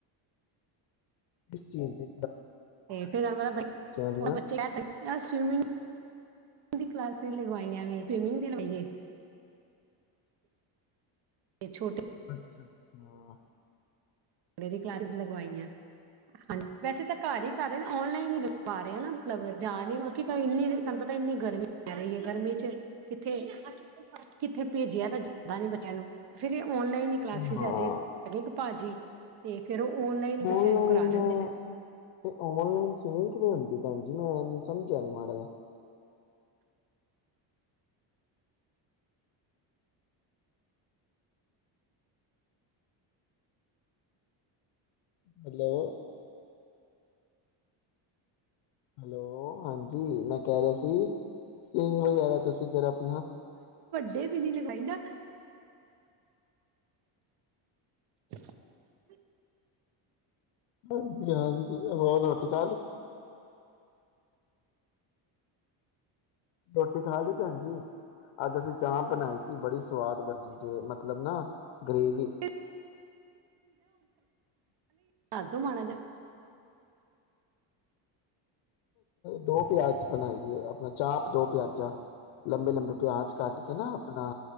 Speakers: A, on the left (about 80°); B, on the right (about 55°).
A: ਕਿਸ ਚੀਜ਼ ਦੇ
B: ਤੇ ਫਿਰਉਣ ਵਾਲਾ
A: ਦੀਆਂ
B: ਬੱਚੇ ਸਮਿੰਗ ਦੀ ਕਲਾਸਿਸ ਲਗਵਾਈਆਂ ਵੀ ਸਵਿਮਿੰਗ ਵੀ ਲਵਾਈਏ ਛੋਟ
A: ਅੱਛਾ ਅੱਛਾ
B: ਕੁੜੀ ਦੀ ਕਲਾਸਿਸ ਲਗਵਾਈਆਂ ਹਾਂਜੀ ਵੈਸੇ ਤਾਂ ਘਰ ਹੀ ਕਰ ਰਹੇ ਔਨਲਾਈਨ ਹੀ ਲਵਾ ਰਹੇ ਨਾ ਮਤਲਬ ਜਾ ਨੀ ਕਿਉਂਕਿ ਇਨੀ ਤੁਹਾਨੂੰ ਪਤਾ ਇੰਨੀ ਗਰਮੀ ਪੈ ਰਹੀ ਹੈ ਗਰਮੀ ਚ ਕਿੱਥੇ ਕਿੱਥੇ ਭੇਜਿਆ ਤਾਂ ਜ਼ਦਾ ਨੀ ਬੱਚਿਆਂ ਨੂੰ ਫਿਰ ਔਨਲਾਈਨ ਹੀ ਕਲਾਸਿਸ
A: ਹਾਂ
B: ਹੈਦੇ ਹੈਗੇ ਭਾਜੀ ਤੇ ਫੇਰ ਉਹ ਔਨਲਾਈਨ ਹੀ ਬੱਚਿਆਂ
A: ਔਨਲਾਈਨ
B: ਨੂੰ ਕਰਾ ਦਿੰਦੇ
A: ਔਨਲਾਈਨ
B: ਨੇ
A: ਸਵਿਮਿੰਗ ਕਿਵੇ ਹੁੰਦੀ ਭੈਣ ਜੀ ਮੈਂ ਸਮਝਿਆ ਨੀ ਮਾੜਾ ਜੇਹਾ ਹੈਲੋ ਹੈਲੋ ਹਾਂਜੀ ਮੈਂ ਕਹਿ ਰਿਹਾ ਸੀ ਸਵਿਮਿੰਗ ਵਗੈਰਾ ਤੁਸੀ ਫੇਰ ਆਪਣਾ
B: ਦੇੇ ਤਦੀਲੇਖਾਈਦਾ <inaudible>
A: ਹਾਂਜੀ ਹਾਂਜੀ ਹੋਰ ਰੋਟੀ ਖਾ ਲਈ ਰੋਟੀ ਖਾ ਲਈ ਭੈਣ ਜੀ? ਅੱਜ ਅਸੀਂ ਚਾਹ ਬਣਾਈ। ਬੜੀ ਸਵਾਦ ਬਣੀ ਜੇ ਮ ਮਤਲਬ ਨਾ
B: <inaudible>
A: ਗ੍ਰੇਵੀ
B: ਘਰ ਤੋਂ ਮਾੜਾ ਜਿਹਾ।
A: ਦੋ ਪਿਆਜ ਬਣਾਈਏ ਆਪਣਾ ਚਾਪ ਦੋ ਪਿਆਜਾਂ ਲੰਬੇ-ਲੰਬੇ ਪਿਆਜ ਕੱਟ ਕੇ ਨਾ ਆਪਣਾ